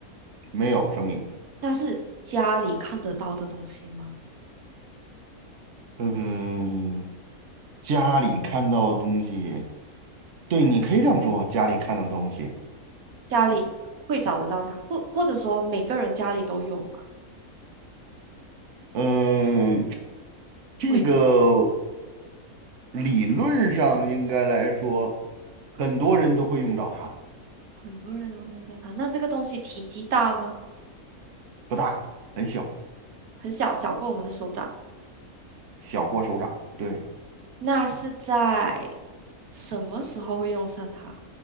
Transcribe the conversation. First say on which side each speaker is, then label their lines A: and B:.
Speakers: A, on the right; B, on the right.
A: 没有生命。
B: 那是家里看得到的东西吗？
A: 嗯，家里看到的东西，对，你可以这样说，家里看到的东西。
B: 家里会找得到它，或或者说每个人家里都有吗？
A: 嗯，这个
B: 不一定，
A: 理论上应该来说，很多人都会用到它。
B: 很多人都会用到它。那这个东西体积大吗？
A: 不大，很小，
B: 很小，小过我们的手掌。
A: 小过手掌。对，
B: 那是在什么时候会用上它？